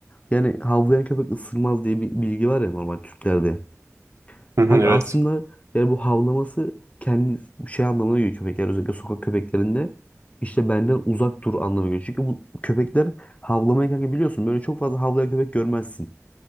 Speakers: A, on the left (about 25°); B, on the right (about 65°).
A: yani havlayan köpek ısırmaz diye bir bilgi var ya normal Türklerde.
B: Hı hı,
A: Kanka
B: Evet.
A: aslında yani bu havlaması kendi şey anlamına geliyor köpekler özellikle sokak köpeklerinde işte benden uzak dur anlamına geliyor. Çünkü bu köpekler havlamayı kanka biliyorsun böyle çok fazla havlayan köpek görmezsin.